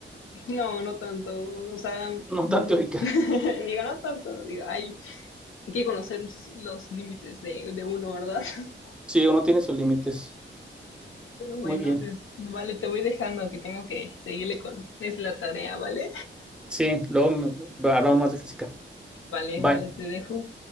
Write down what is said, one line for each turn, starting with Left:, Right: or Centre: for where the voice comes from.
Left: No, no tanto, o sea, <laughs>
Centre: No
Left: digo,
Centre: tan teórica.
Left: no tanto, digo, ay, hay que conocer los límites de, de uno, ¿verdad? <laughs>
Centre: Sí, uno tiene sus límites.
Left: Pero bueno,
Centre: Muy bien.
Left: te- vale, te voy dejando que tengo que seguirle con... Es la tarea, ¿vale?
Centre: Sí, luego me- hablamos más de física.
Left: Vale,
Centre: Bye.
Left: vale, te dejo.